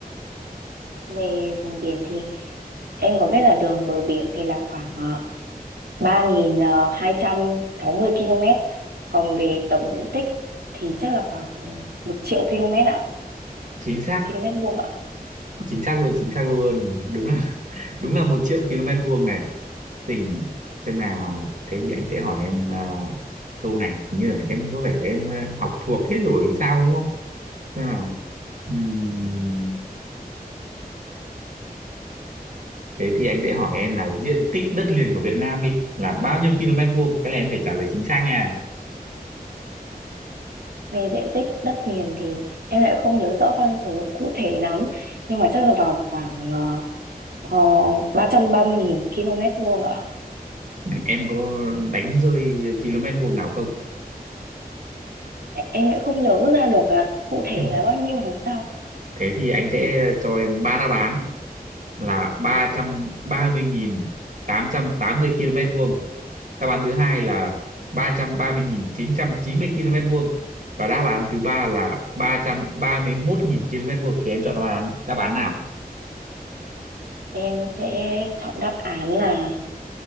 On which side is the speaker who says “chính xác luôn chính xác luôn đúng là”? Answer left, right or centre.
Right